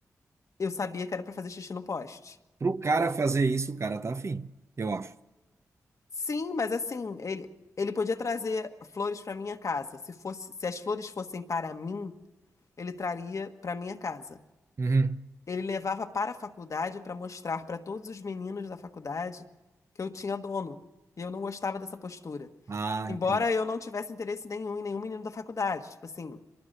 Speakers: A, on the left (about 60°); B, on the right (about 50°).
A: eu sabia que era pra fazer xixi no poste.
B: pro cara fazer isso, o cara tá afim, eu acho.
A: Sim, mas assim, ele, ele podia trazer flores para minha casa. Se fosse, se as flores fossem para mim, ele traria para minha casa.
B: Uhum.
A: Ele levava para a faculdade para mostrar para todos os meninos da faculdade que eu tinha dono. E eu não gostava dessa postura.
B: Ah,
A: Embora
B: entendi.
A: eu não tivesse interesse nenhum em nenhum menino da faculdade. Tipo assim,